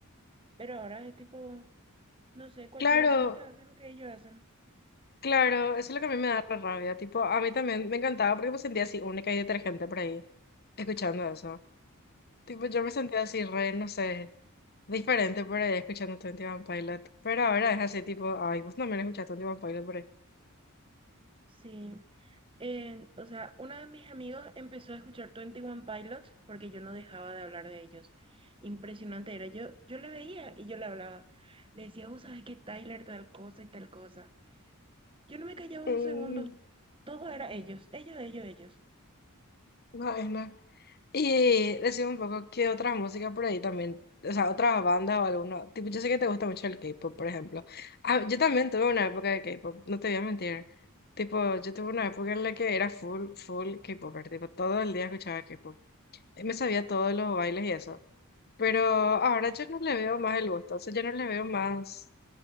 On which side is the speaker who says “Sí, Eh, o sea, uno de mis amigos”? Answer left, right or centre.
Right